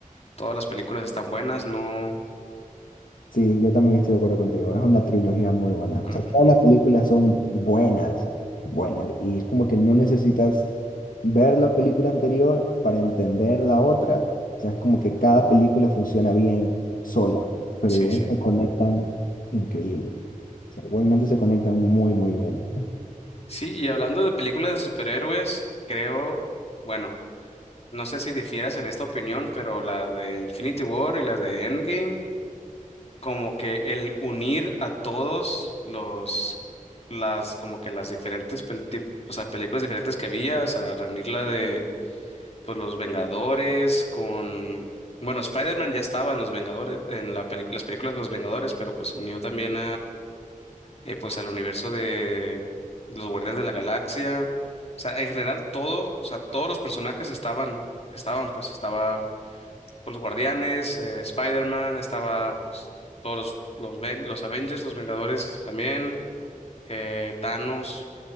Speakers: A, on the left; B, on the left.
A: Todas las películas están buenas, no.
B: Sí, yo también estoy de acuerdo contigo. Es una trilogía muy buena.
A: Ujú,
B: O sea, todas las películas son buenas, buenas. Y es como que no necesitas ver la película anterior para entender la otra. O sea, es como que cada película funciona bien sola, pero
A: Sí,
B: igual
A: sí.
B: se conectan increíble. O sea, igualmente se conectan muy, muy bien.
A: Sí, y hablando de películas de superhéroes, creo, bueno, no sé si difieras en esta opinión, pero las de Infinity War y las de Endgame, como que el unir a todos los, las, como que las diferentes, pel- tip- o sea, películas diferentes que había, o sea, reunir la de, pues, los Vengadores con, bueno, Spider-Man ya estaba en los Vengadores, en la película, las películas de los Vengadores, pero pues unió también eh, pues al universo de los Guardianes de la Galaxia. O sea, en general todo, o sea, todos los personajes estaban, estaban, pues estaba pues, los Guardianes, eh, Spider-Man, estaba pues todos los, los, Ven- los Avengers, los Vengadores también, eh, Thanos.